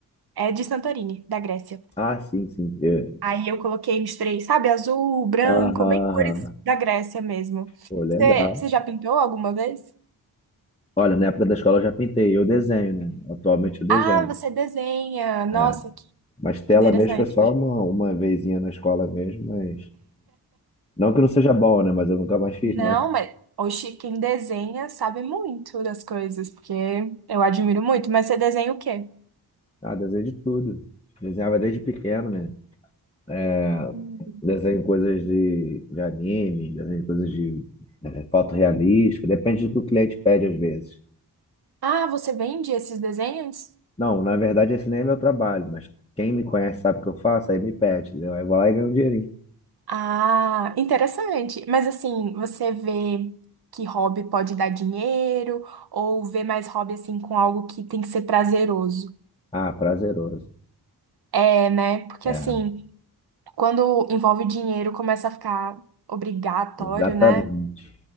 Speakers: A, on the right; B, on the left.
A: É de Santorini, da Grécia.
B: Ah, sim, sim. É.
A: Aí eu coloquei, misturei, sabe, azul, branco,
B: Aham,
A: bem
B: aham.
A: cores da Grécia mesmo.
B: Pô, legal.
A: Você, você já pintou alguma vez?
B: Olha, na época da escola eu já pintei. Eu desenho, né? Atualmente eu desenho.
A: Ah, você desenha. Nossa,
B: É.
A: que
B: Mas tela
A: interessante.
B: mesmo foi só uma, uma vezinha na escola mesmo, mas... Não que não seja bom, né? Mas eu nunca mais fiz,
A: Não,
B: não.
A: mas oxi, quem desenha sabe muito das coisas, porque eu admiro muito. Mas você desenha o quê?
B: Ah, desenho de tudo. Desenhava desde pequeno, né? É.
A: Hum.
B: Desenho coisas de, de anime, desenho coisas de é, foto realística, depende do que o cliente pede às vezes.
A: Ah, você vende esses desenhos?
B: Não, na verdade esse nem é meu trabalho, mas quem me conhece sabe o que eu faço, aí me pede, entendeu? Aí eu vou lá e ganho um dinheirinho.
A: Ah, interessante. Mas assim, você vê que hobby pode dar dinheiro ou vê mais hobby assim com algo que tem que ser prazeroso?
B: Ah, prazeroso.
A: É, né? Porque
B: É,
A: assim, quando envolve dinheiro, começa a ficar obrigatório,
B: exatamente.
A: né?